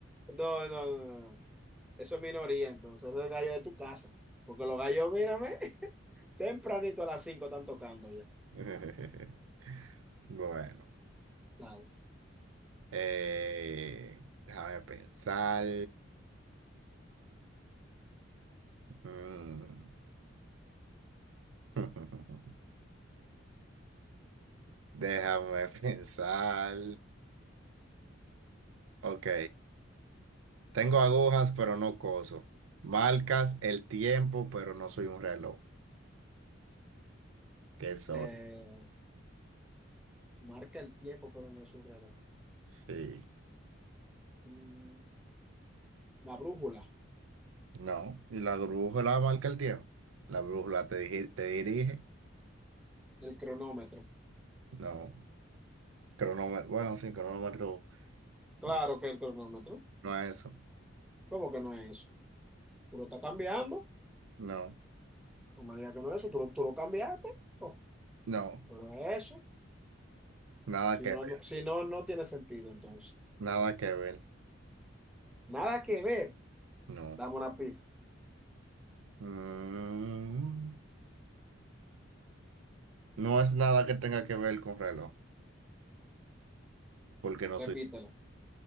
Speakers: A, in the centre; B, on the right (about 80°).
A: No, no, no, no. Eso es minoría, entonces. Eso es el gallo de tu casa. Porque los gallos, mírame, <laughs> tempranito a las 5 están tocando ya.
B: <laughs> Bueno,
A: Claro.
B: eh, déjame pensar. Mm. <laughs> Déjame pensar. Ok, tengo agujas, pero no coso. Marcas el tiempo, pero no soy un reloj. ¿Qué soy?
A: Eh, marca el tiempo, pero no es un reloj.
B: Sí,
A: Mm, La brújula,
B: no. ¿Y la brújula marca el tiempo? ¿La brújula te, digi- te dirige?
A: el cronómetro.
B: No. Cronómetro, bueno, sí, cronómetro.
A: Claro
B: mi-
A: que el cronómetro.
B: No es eso.
A: ¿Cómo que no es eso? Tú lo estás cambiando.
B: No,
A: No me digas que no es eso. Tú lo, tú lo cambiaste. Oh,
B: no,
A: pero eso.
B: nada
A: Si
B: que ver,
A: no, no, si no, no tiene sentido entonces.
B: nada que ver,
A: Nada que ver.
B: no.
A: Dame una pista.
B: Mm, no es nada que tenga que ver con reloj, porque no
A: Repítelo.
B: soy.